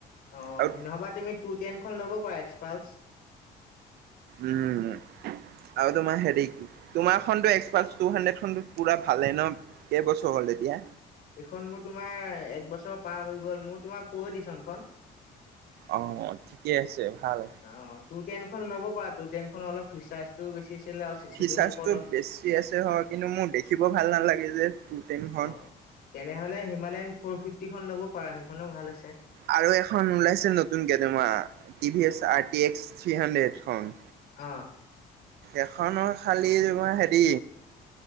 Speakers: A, on the left (about 65°); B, on the right (about 75°).
A: অ
B: আৰু
A: নহবা তুমি টু টেনখন ল'ব পাৰা এক্সপালচ।
B: উম, আৰু তোমাৰ হেৰি তোমাৰ খোন এক্সপালচ টু হাড্ৰেড খন পুৰা ভালে ন? কেইবছৰ হ'ল এতিয়া?
A: এইখন মোৰ তোমাৰ এক বছৰ পাৰ হৈ গ'ল মোৰ তোমাৰ প্ৰ এদিছনখন।
B: অ' ঠিকে আছে ভাল।
A: অ, তোৰ টেনখন ল'ব পাৰ। তোৰ টেনখন, অলপ ফি-চাৰ্জটোও বেছি আছিলে, আৰু চিচিটোও
B: ফিচাৰ্চটো
A: দুশ দহ।
B: বেছি আছে, হয়, কিন্তু মোৰ দেখিব ভাল নালাগে যে। টু টেনখন।
A: অ, তেনেহ'লে, হিমালয়ন ফ'ৰ ফিফটি খন ল'ব পাৰা। সেইখনো ভাল আছে।
B: আৰু, এখন ওলাইছে নতুনকে, তোমাৰ টি ভি এছ থ্ৰী হাণ্ড্ৰেডখন।
A: অ।
B: এখনৰ, খালি, তোমাৰ হেৰি